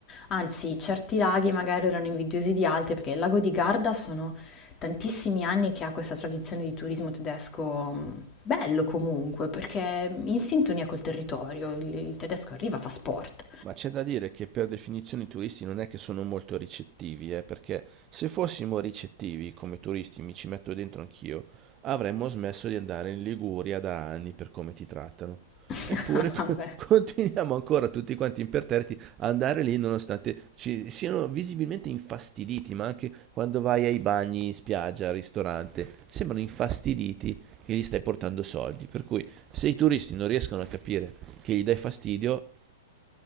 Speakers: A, on the left; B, on the right.
A: anzi certi laghi magari erano invidiosi di altri, perché il lago di Garda sono tantissimi anni che ha questa tradizione di turismo tedesco mh, bello comunque, perché in sintonia col territorio, il, il tedesco arriva, fa sport.
B: Ma c'è da dire che per definizione i turisti non è che sono molto ricettivi, eh, perché se fossimo ricettivi come turisti, mi ci metto dentro anch'io, avremmo smesso di andare in Liguria da anni per come ti trattano.
A: <laughs>
B: Eppure co-
A: Vabbè.
B: <laughs> continuiamo ancora tutti quanti imperterriti a andare lì nonostante ci siano visibilmente infastiditi, ma anche quando vai ai bagni, in spiaggia, al ristorante, sembrano infastiditi che gli stai portando soldi. Per cui se i turisti non riescono a capire che gli dai fastidio,